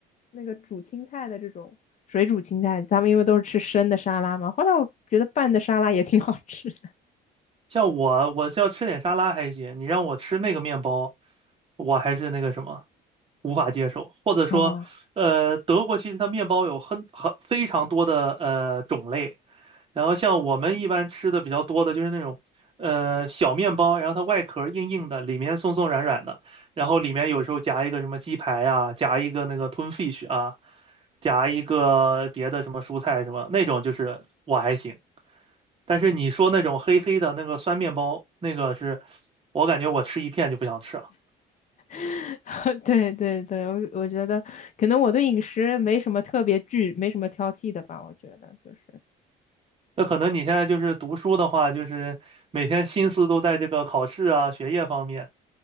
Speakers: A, on the left; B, on the right.
A: 那个煮青菜的这种水煮青菜，咱们因为都是吃生的沙拉嘛。后来我觉得拌的沙拉也挺好吃的
B: 像我，我是要吃点沙拉还行，你让我吃那个面包，我还是那个什么，无法接受。或者说，
A: 啊。
B: 呃，德国其实它面包有很很非常多的呃种类，然后像我们一般吃的比较多的就是那种，呃，小面包，然后它外壳硬硬的，里面松松软软的，然后里面有时候夹一个什么鸡排啊，夹一个那个吞 fish 啊，夹一个别的什么蔬菜什么那种，就是我还行。但是你说那种黑黑的那个酸面包，那个是我感觉我吃一片就不想吃了。
A: <laughs> 对对对，我我觉得可能我对饮食没什么特别惧，没什么挑剔的吧。我觉得就是
B: 那可能你现在就是读书的话，就是每天心思都在这个考试啊、学业方面。